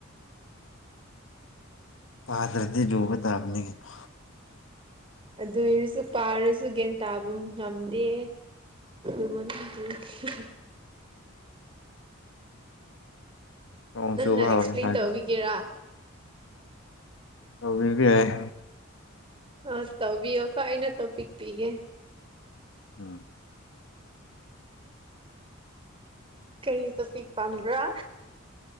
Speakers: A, on the left; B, on the right.
A: ꯄꯥꯗꯔ꯭ꯗꯤ ꯂꯨꯕ ꯇꯥꯕꯅꯤ ꯀꯩꯅꯣ
B: ꯑꯗꯨ ꯑꯣꯏꯔꯁꯨ ꯄꯥꯔꯁꯨ ꯒꯦꯟ ꯇꯥꯕ ꯉꯝꯗꯦ ꯂꯨꯃꯟ <unintelligible>
A: ꯅꯣꯡ
B: ꯅꯪꯅ
A: ꯆꯨꯕ
B: ꯑꯦꯛꯁꯄ꯭ꯂꯦꯟ
A: ꯍꯧꯔꯦ ꯁ꯭ꯋꯥꯏꯗ
B: ꯇꯧꯕꯤꯒꯦꯔꯥ
A: ꯇꯧꯕꯤꯕꯤꯕ ꯌꯥꯏ
B: ꯑꯁ ꯇꯧꯕꯤꯌꯣ ꯀꯣ ꯑꯩꯅ ꯇꯣ ꯄꯤꯛ ꯄꯤꯒꯦ
A: ꯎꯝ
B: ꯀꯔꯤ ꯇꯣꯄꯤꯤꯛ ꯄꯥꯝꯕ꯭ꯔꯥ